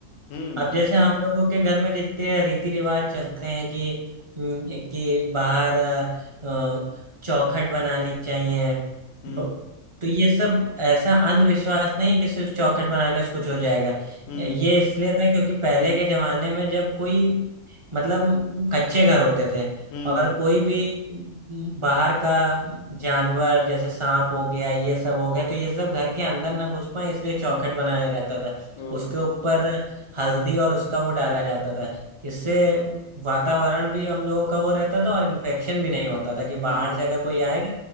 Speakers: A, on the left; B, on the right.
A: हम्म
B: अब जैसे हम लोगों के घर में जितने रीति रिवाज चलते हैं कि हम्म, कि बाहर अ, चौखट बनानी चाहिए
A: हम्म
B: ब- तो ये सब ऐसा अंधविश्वास नहीं है कि सिर्फ चौखट बनाने से कुछ हो जाएगा
A: हम्म
B: ये इसलिए था क्योंकि पहले के जमाने में जब कोई मतलब कच्चे घर होते थे
A: हम्म
B: और कोई भी बाहर का जानवर जैसे सांप हो गया ये सब हो गया तो ये सब घर के अंदर ना घुस पाए इसलिए चौखट
A: हम्म,
B: बनाया जाता था
A: ओ
B: उसके ऊपर हल्दी और उसका वो डाला जाता था इससे वातावरण भी हम लोगों का वो रहता था और इन्फेक्शन भी नहीं होता था कि
A: हाँ
B: बाहर से अगर कोई आएगा